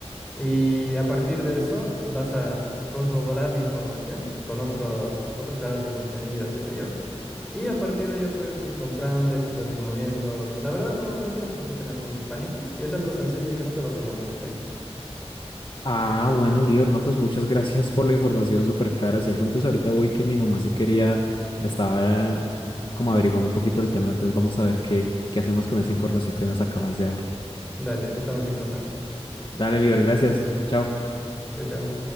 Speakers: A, in the centre; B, on the left (about 50°).
A: Y a partir de eso vas a corroborar la información con otro, otro creador de contenido, qué sé yo. Y a partir de ahí ya puedes ir comprando, ya te puedes ir moviendo. La verdad no, no tienes por qué tener tanto pánico y es algo sencillo y que no te va a tomar mucho tiempo.
B: Ah, bueno, Lior, no, pues muchas gracias por la información súper clara. Si algo, entonces ahorita voy que mi mamá sí quería, estaba como averiguando un poquito el tema, entonces vamos a ver qué, qué hacemos con esa información que nos acabas de dar.
A: Dale, estamos en contacto.
B: Dale, Lior, gracias. Chao.
A: Chau, chau.